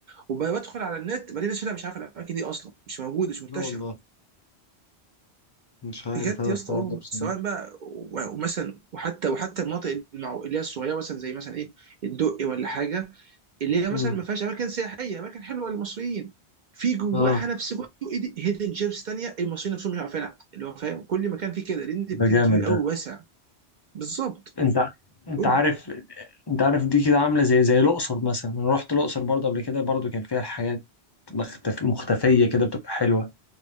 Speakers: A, on the right; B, on the left.
A: وبدخل على النت بلاقي ناس أنا مش عارف الأماكن دي أصلا مش موجودة مش منتشرة
B: لا والله مش عارف
A: بجد
B: أنا
A: يا
B: الحوار
A: اسطى اه
B: ده بصراحة
A: سواء بقى و- ومثلا وحتى وحتى المناطق المعو- اللي هي الصغيرة مثلا زي مثلا إيه الدقي ولا حاجة اللي هي مثلا
B: امم
A: ما فيهاش اماكن سياحيه اماكن حلوه للمصريين في جواها
B: اه
A: نفس جوه هيدن جيمز تانية المصريين نفسهم مش عارفينها اللي هو فاهم كل مكان فيه كده لان ده مكان
B: ده جامد
A: كبير قوي
B: ده
A: واسع بالظبط
B: انت انت
A: قول
B: عارف
A: لي،
B: انت عارف دي كده عامله زي زي الاقصر مثلا انا رحت الاقصر برضه قبل كده برضه كان فيها حاجات مختف... مختفيه كده بتبقى حلوه